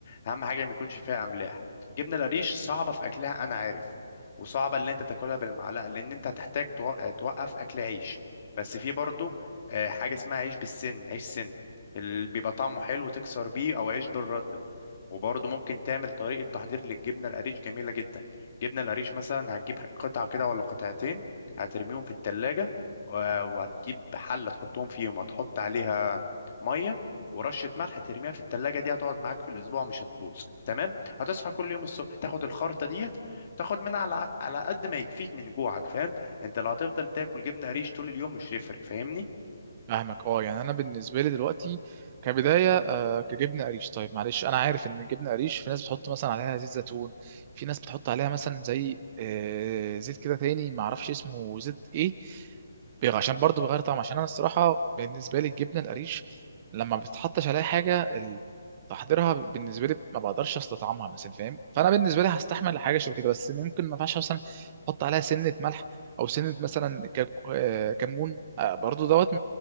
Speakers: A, on the left; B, on the right.
A: اهم حاجه ما يكونش فيها املاح الجبنه القريش صعبه في اكلها انا عارف وصعبه ان انت تاكلها بالمعلقه لان انت هتحتاج توق- توقف اكل عيش بس في برضه آه، حاجه اسمها عيش بالسن عيش سن اللي بيبقى طعمه حلو تكسر بيه او عيش بالرده وبرضه ممكن تعمل طريقه تحضير للجبنه القريش جميله جدا جبنه القريش مثلا هتجيب قطعه كده ولا قطعتين هترميهم في التلاجة و- وهتجيب حله تحطهم فيهم هتحط عليها ميه ورشه ملح ترميها في التلاجة دي هتقعد معاك في الاسبوع مش هتبوظ تمام هتصحى كل يوم الصبح تاخد الخرطه ديت تاخد منها على على قد ما يكفيك من جوعك فاهم انت لو هتفضل تاكل جبنه قريش طول اليوم مش هيفرق فاهمني
B: فاهمك اه يعني انا بالنسبه لي دلوقتي كبدايه آه كجبنه قريش طيب معلش انا عارف ان الجبنه قريش في ناس بتحط مثلا عليها زيت زيتون في ناس بتحط عليها مثلا زي آه زيت كده تاني ما اعرفش اسمه زيت ايه بيغ- عشان برضه بيغير طعم عشان انا الصراحه بالنسبه لي الجبنه القريش لما ما بتحطش عليها حاجه ال- تحضيرها بالنسبه لي ما بقدرش استطعمها مثلا فاهم فانا بالنسبه لي هستحمل حاجه شبه كده بس ممكن ما ينفعش مثلا احط عليها سنه ملح او سنه مثلا ك- آه، كمون آه، برضو دوت